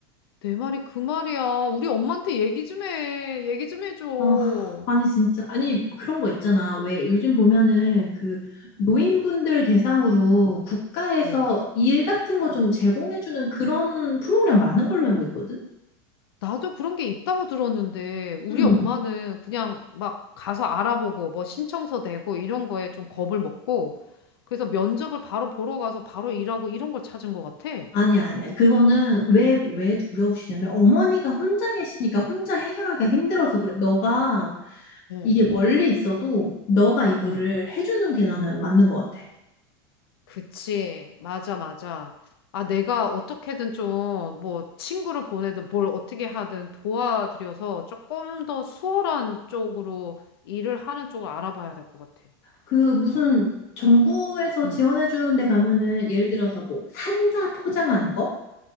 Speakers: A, on the left; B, on the left.
A: 내 말이 그 말이야. 우리 엄마한테 얘기 좀 해. 얘기 좀 해줘. 어,
B: 아, 아니 진짜. 아니 그런 거 있잖아. 왜 요즘 보면은 그 노인분들 대상으로 국가에서
A: 어.
B: 일 같은 거 좀 제공해주는 그런 프로그램 많은 걸로 알고 있거든.
A: 나도 그런 게 있다고 들었는데, 우리
B: 응.
A: 엄마는 그냥 막 가서 알아보고, 뭐 신청서 내고, 이런 거에 좀 겁을 먹고, 그래서 면접을 바로 보러 가서 바로 일하고 이런 걸 찾은 것 같아.
B: 아니야, 아니야. 그거는 왜, 왜 두려우시냐면 어머니가 혼자 계시니까 혼자 해결하기가 힘들어서 그래. 너가
A: 응,
B: 이게 멀리 있어도 너가 이거를
A: 응.
B: 해주는 게 나는 맞는 것 같아.
A: 그치. 맞아, 맞아. 아, 내가 어떻게든 좀, 뭐, 친구를 보내든 뭘 어떻게 하든 도와드려서 조금 더 수월한 쪽으로 일을 하는 쪽을 알아봐야 될 것 같아.
B: 그 무슨 정부에서
A: 응.
B: 지원해 주는 데 가면은 예를 들어서 뭐 산자 포장하는 거?